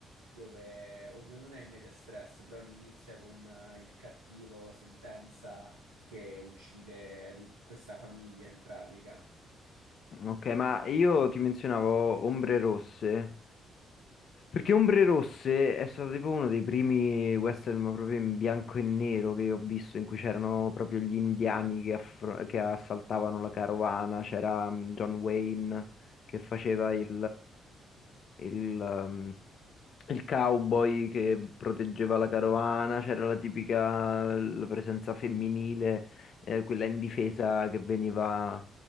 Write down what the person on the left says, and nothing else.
Ok, ma io ti menzionavo Ombre Rosse Perché Ombre Rosse è stato tipo uno dei primi western ma proprio in bianco e nero che ho visto, in cui c'erano proprio gli indiani che, affro- che assaltavano la carovana, c'era mm, John Wayne che faceva il, eh, il, ehm, il cowboy che proteggeva la carovana, c'era la tipica la presenza femminile, eh, quella indifesa che veniva,